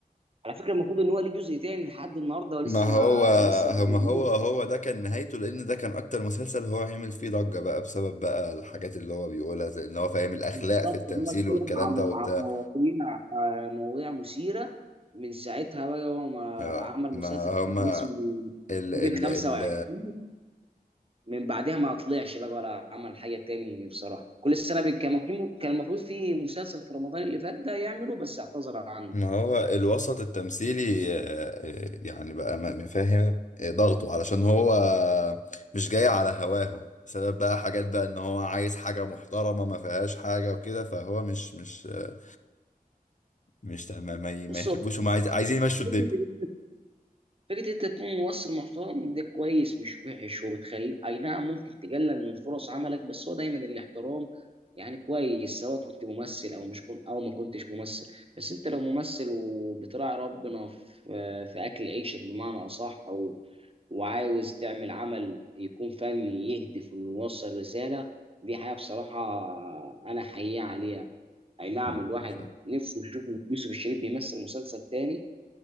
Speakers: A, on the right (about 40°); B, on the left (about 55°).
A: على فكره المفروض ان هو ليه جزء تاني لحد النهارده ولسه
B: ما هو
A: ما لسه ما موجود.
B: ما هو هو ده كان نهايته لان ده كان اكتر مسلسل هو عمل فيه ضجة بقى بسبب بقى الحاجات اللي هو بيقولها زي ان هو فاهم الاخلاق
A: بالظبط
B: في التمثيل
A: ان هو اتكلم
B: والكلام
A: عن
B: ده وبتاع
A: عن مواضيع آه، مواضيع مثيره من ساعتها بقى هو ما
B: آه،
A: عمل
B: ما
A: مسلسل
B: هما
A: تاني كان اسمه
B: ال
A: كوفيد
B: ال
A: 25
B: ال
A: من بعدها ما طلعش بقى ولا عمل حاجه تاني بصراحه كل سنه بي- كان المفروض كان المفروض في مسلسل في رمضان اللي فات ده يعمله بس اعتذر عنه
B: ما هو الوسط التمثيلي آه، آه، يعني بقى م- فاهم آه، ضغطه علشان هو مش جاي على هواه بسبب بقى حاجات بقى ان هو عايز حاجة محترمة ما فيهاش حاجة وكده فهو مش مش آه، مش ما, ما ما
A: بص
B: يحبوش
A: هو
B: هم عايز عايزين يمشوا
A: فكره
B: الدنيا
A: فكرة إن أنت تكون ممثل محترم ده كويس مش وحش وبتخلي أي نعم ممكن تقلل من فرص عملك بس هو دايما الاحترام يعني كويس سواء كنت ممثل أو مش كنت أو ما كنتش ممثل بس أنت لو ممثل وبتراعي ربنا في, في أكل عيشك بمعنى أصح و- وعاوز تعمل عمل يكون فني يهدف إنه يوصل رسالة دي حاجة بصراحة أنا حقيقة عليها أي نعم
B: مم،
A: الواحد
B: ف-
A: نفسه يشوف يوسف الشريف بيمثل مسلسل تاني